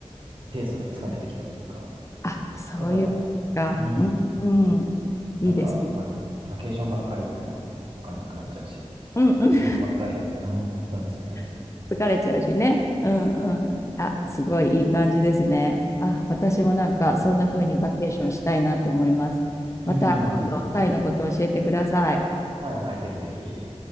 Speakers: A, on the right; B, on the left.
A: ペースがつかめてきたというか、
B: あ、そういうことか。
A: やっぱやっぱ、うん、
B: うん、うん。いいですね。
A: なんかバ、バケーションばっかりでもお金なくなっちゃうし、
B: うん、う
A: 仕事ばっかりでもうん楽しくないし。
B: ん。<laughs> 疲れちゃうしね。うん、
A: そうそうそう。
B: うん。あ、すごいいい感じですね。あ、私もなんかそんな風にバケーションしたいなと思います。また今度、
A: うん。うん。
B: タイのことを教えてください。
A: はいはい、ぜひぜひ。